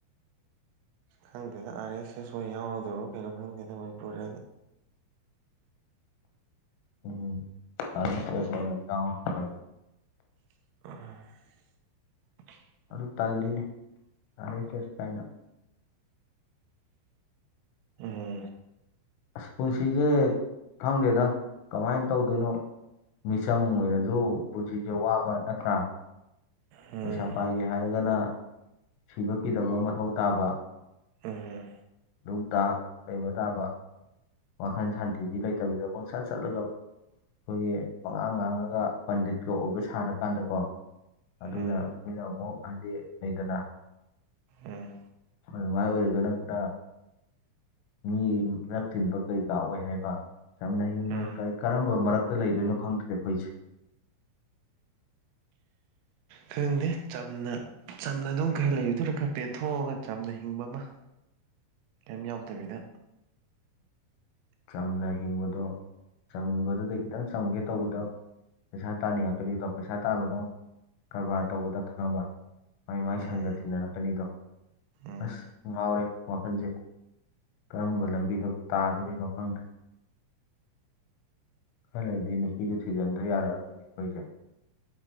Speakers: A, on the right; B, on the left.
A: ꯈꯪꯗꯦꯗ ꯑꯔꯦꯁꯦ ꯁ ꯌꯥꯎꯔꯗꯣ ꯀꯩꯅꯣ ꯈꯪꯗꯦꯗ ꯃꯅꯤꯄꯨꯔꯗꯤ
B: ꯎꯝ ꯑꯁꯁ ꯌꯥ ꯐ
A: ꯑ
B: ꯑꯗꯨ ꯇꯜꯂꯤꯅꯤ ꯇꯔꯩꯁꯦꯁ ꯀꯥꯏꯅ
A: ꯑꯣ
B: ꯑꯁ ꯄꯨꯟꯁꯤꯁꯦ ꯈꯪꯗꯦꯗ ꯀꯃꯥꯏꯅ ꯇꯧꯗꯣꯏꯅꯣ ꯃꯤꯁꯝ ꯑꯣꯏꯔꯁꯨ ꯄꯨꯟꯁꯤꯁꯦ ꯋꯥꯕ ꯅꯠꯇ꯭ꯔꯥ
A: ꯎꯝ
B: ꯄꯩꯁꯥ ꯄꯥꯏꯒꯦ ꯍꯥꯏꯔꯒꯅ ꯁꯤꯕ ꯀꯗꯕ ꯃꯊꯧ ꯇꯥꯕ
A: ꯎꯝ
B: ꯅꯨꯡ ꯇꯥꯛ ꯂꯩꯕ ꯇꯥꯕ ꯋꯥꯈꯜ ꯁꯥꯟꯇꯤꯗꯤ ꯂꯩꯇꯕꯤꯗ ꯄꯨꯡꯁꯥꯠ ꯆꯠꯂꯒ ꯑꯩꯈꯣꯏꯒꯤ ꯑꯉꯥꯡ ꯉꯥꯡꯉꯒ ꯄꯟꯗꯤꯠꯀ ꯑꯣꯏꯕ ꯁꯥꯥꯟꯔꯀꯥꯟꯗꯀꯣ ꯑꯗꯨꯅ
A: ꯎꯝ
B: ꯃꯤꯅ ꯑꯃꯨꯛ ꯍꯥꯏꯗꯤ ꯂꯩꯗꯅ
A: ꯎꯝ
B: ꯑꯗꯨꯃꯥꯏ ꯑꯣꯏꯔꯒꯅ ꯈꯔ ꯃꯤ ꯃꯔꯞ ꯊꯤꯟꯕ ꯀꯩ ꯀꯥ ꯑꯣꯏ ꯍꯥꯏꯕ ꯆꯝꯅ ꯍꯤꯡꯕ
A: ꯎꯝ
B: ꯀꯔꯝꯕ ꯃꯔꯛꯇ ꯂꯩꯗꯣꯏꯅꯣ ꯈꯪꯗ꯭ꯔꯦ ꯑꯩꯈꯣꯏꯁꯦ
A: ꯈꯪꯗꯦ ꯆꯝꯅ ꯆꯝꯅ ꯑꯗꯨꯝ ꯈꯔ ꯂꯩꯕꯗꯨꯔ ꯈꯔ ꯄꯦꯟꯊꯣꯛꯑꯒ ꯆꯝꯅ ꯍꯤꯡꯕ ꯑꯃ ꯀꯝ ꯌꯥꯎꯗꯕꯤꯗ
B: ꯆꯝꯅ ꯍꯤꯡꯕꯗꯣ ꯆꯝꯕꯗꯨꯗ ꯈꯤꯇꯪ ꯆꯝꯒꯦ ꯇꯧꯕꯗꯣ ꯑꯃꯨꯛ ꯄꯩꯁꯥ ꯇ ꯅ ꯑꯦꯛꯂꯤꯗ ꯄꯩꯁꯥ ꯇ ꯀꯔꯕꯥꯔ ꯇꯧꯕꯗ ꯈꯪꯅꯕ ꯃꯥꯏ ꯃꯥꯏ
A: ꯎꯝ
B: ꯁꯪꯒ ꯊꯤꯅꯔꯛꯀꯅꯤꯗꯣ
A: ꯎꯝ
B: ꯑꯁ ꯉꯥꯎꯔꯦ ꯋꯥꯈꯜꯁꯦ ꯀꯔꯝꯕ ꯂꯝꯕꯤꯗ ꯑꯗꯨꯕꯨ ꯇꯥꯗꯣꯔꯤꯅꯣ ꯈꯪꯗ꯭ꯔꯦ ꯈꯜꯂꯗꯤ ꯅꯨꯄꯤꯁꯦ ꯊꯤꯖꯤꯟꯗ ꯌꯥꯔꯛꯑꯔꯣꯏꯅꯦ ꯑꯩꯈꯣꯏꯁꯦ